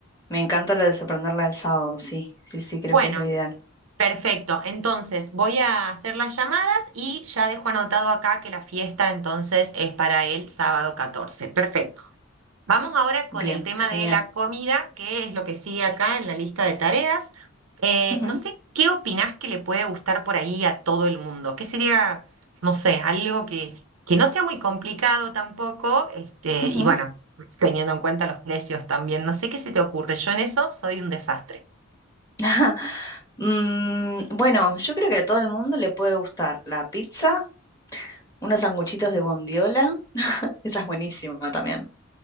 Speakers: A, on the left; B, on the right.
A: Me encanta la de sorprenderla el sábado, sí, sí, sí, creo
B: Bueno,
A: que es lo ideal.
B: perfecto. Entonces voy a hacer las llamadas y ya dejo anotado acá que la fiesta entonces es para el sábado 14. Perfecto. Vamos ahora con
A: Bien,
B: el tema
A: genial.
B: de la comida, que es lo que sigue acá en la lista de tareas. Eh,
A: Ujú,
B: no sé qué opinás que le puede gustar por ahí a todo el mundo. ¿Qué sería, no sé, algo que, que no sea muy complicado tampoco? Este,
A: ujú.
B: y bueno, teniendo en cuenta los precios también. No sé qué se te ocurre. Yo en eso soy un desastre.
A: <laughs> Mm, bueno, yo creo que a todo el mundo le puede gustar la pizza, unos sanguchitos de bondiola, esa es buenísima también.